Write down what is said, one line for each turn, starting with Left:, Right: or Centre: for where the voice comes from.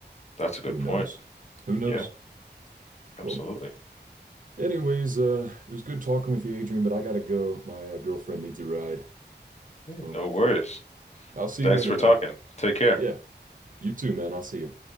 Left: That's a good
Right: who
Left: point.
Right: knows? Who knows?
Left: Yeah, absolutely.
Right: Well, anyways, uh it was good talking with you, Adrian, but I gotta go. My uh, girlfriend needs a ride.
Left: Hey,
Right: Well,
Left: no worries.
Right: I'll see
Left: Thanks
Right: you later,
Left: for
Right: man.
Left: talking. Take care.
Right: Yeah, you too, man. I'll see you.